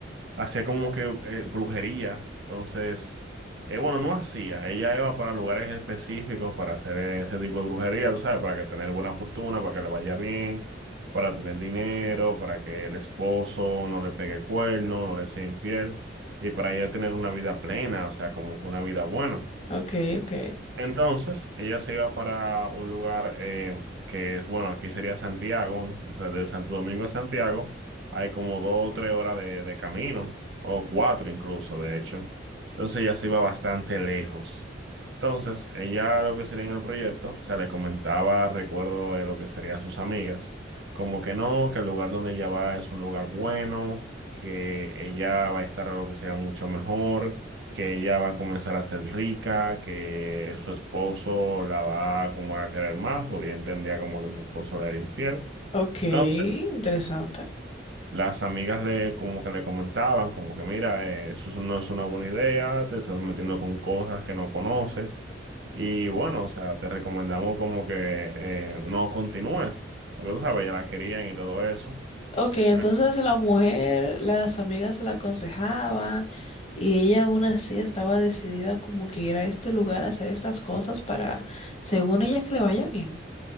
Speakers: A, on the right; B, on the left.
A: hacía como que eh, brujería. Entonces, eh, bueno, no hacía. Ella iba para lugares específicos para hacer ese tipo de brujería, tú sabes, para que tener buena fortuna, para que le vaya bien, para tener dinero, para que el esposo no le pegue cuerno, no le sea infiel y para ella tener una vida plena, o sea, como que una vida buena.
B: ok, ok,
A: Entonces, ella se iba para un lugar eh, que es, bueno, aquí sería Santiago, o sea, de Santo Domingo a Santiago, hay como dos o tres horas de, de camino, o cuatro incluso, de hecho. Entonces, ella se iba bastante lejos. Entonces, ella lo que sería en el proyecto, o sea, le comentaba, recuerdo de lo que sería a sus amigas, como que no, que el lugar donde ella va es un lugar bueno, que ella va a estar lo que sería mucho mejor que ella va a comenzar a ser rica, que su esposo la va como a querer más, porque ella entendía como que su esposo le era infiel.
B: ok,
A: Entonces,
B: interesante.
A: las amigas le como que le comentaban, como que mira, eh, eso es- no es una buena idea, te estás metiendo con cosas que no conoces. Y bueno, o sea, te recomendamos como que eh, no continúes, porque tú sabes, ya la querían y todo eso.
B: Ok, entonces
A: Nah.
B: la mujer, las amigas la aconsejaban y ella aún así estaba decidida como que ir a este lugar a hacer estas cosas para, según ella, que le vaya bien.